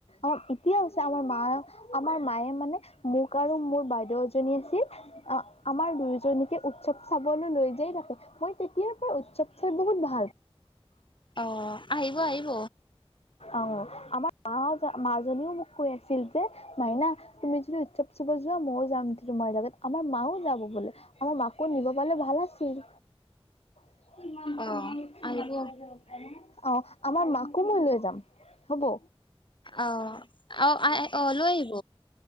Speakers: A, on the left; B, on the left.
A: অ'! এতিয়া হৈছে আমাৰ মা আমাৰ মায়ে মানে, মোক আৰু মোৰ বাইদেউ এজনী আছিল। আমাৰ দুয়োজনীকে উৎসৱ চাবলৈ লৈ যায় থাকে। মই তেতিয়াৰ পৰা উৎসৱ চাই বহুত ভাল
B: অ'! আহিব আহিব।
A: অ'! আমাৰ মা মাজনীও মোক কৈ আছিল যে, মাইনা তুমি যদি যোৱা, উৎসৱ চাব যোৱা মইয়ো যাম তোমাৰ লগত। আমাৰ মাও যাব বোলে আমাৰ মাকো নিব পাৰিলে ভাল আছিল। <unintelligible>
B: অ আহিব
A: অ'! আমাৰ মাকো মই লৈ যাম। হ'ব।
B: অ'! অ'! আ' লৈ আহিব।